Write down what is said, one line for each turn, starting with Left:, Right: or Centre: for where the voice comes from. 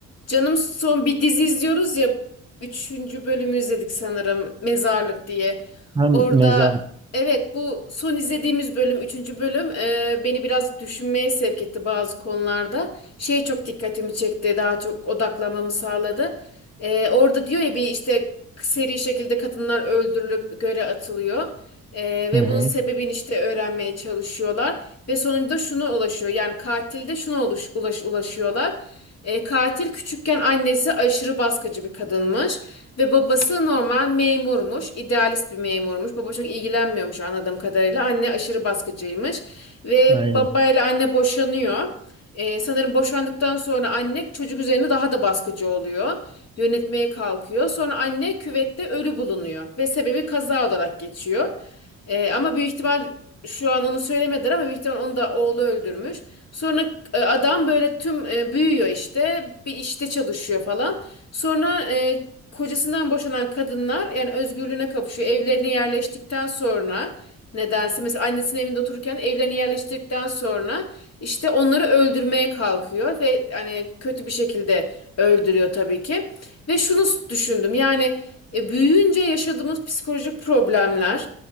Left: Canım son bir dizi izliyoruz ya. Üçüncü bölümü izledik sanırım. Mezarlık diye.
Right: Hem
Left: Orada
Right: mezar.
Left: evet bu son izlediğimiz bölüm, üçüncü bölüm e, beni biraz düşünmeye sevk etti bazı konularda. Şeye çok dikkatimi çekti. Daha çok odaklamamı sağladı. E, orada diyor ya bir işte seri şekilde kadınlar öldürülüp göle atılıyor. Ee, ve
Right: Hı hı.
Left: bunun sebebini işte öğrenmeye çalışıyorlar. Ve sonunda şuna ulaşıyor. Yani katilde şuna oluş, ulaş, ulaşıyorlar. Ee, katil küçükken annesi aşırı baskıcı bir kadınmış. Ve babası normal memurmuş. idealist bir memurmuş. Baba çok ilgilenmiyormuş anladığım kadarıyla. Anne aşırı baskıcıymış. Ve
Right: Aynen.
Left: babayla anne boşanıyor. Ee, sanırım boşandıktan sonra anne çocuk üzerine daha da baskıcı oluyor. Yönetmeye kalkıyor. Sonra anne küvette ölü bulunuyor. Ve sebebi kaza olarak geçiyor. Ee, ama büyük ihtimal şu an onu söylemediler ama büyük ihtimal onu da oğlu öldürmüş. Sonra e, adam böyle tüm e, büyüyor işte bir işte çalışıyor falan. Sonra e, kocasından boşanan kadınlar yani özgürlüğüne kavuşuyor. Evlerine yerleştikten sonra nedense mesela annesinin evinde otururken evlerine yerleştirdikten sonra işte onları öldürmeye kalkıyor ve hani kötü bir şekilde öldürüyor tabii ki. Ve şunu düşündüm yani e, büyüyünce yaşadığımız psikolojik problemler